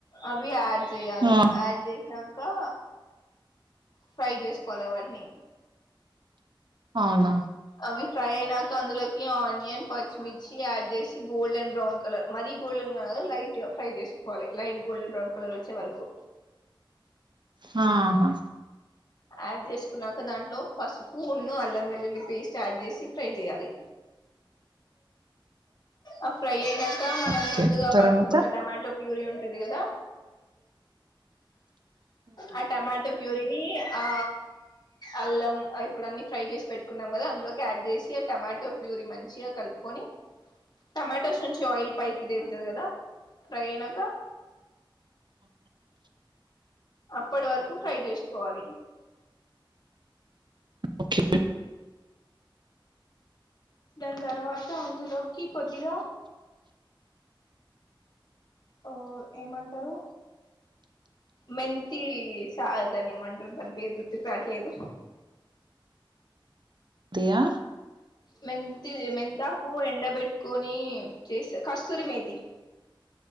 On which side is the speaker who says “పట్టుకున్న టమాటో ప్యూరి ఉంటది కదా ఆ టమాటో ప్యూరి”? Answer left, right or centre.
Left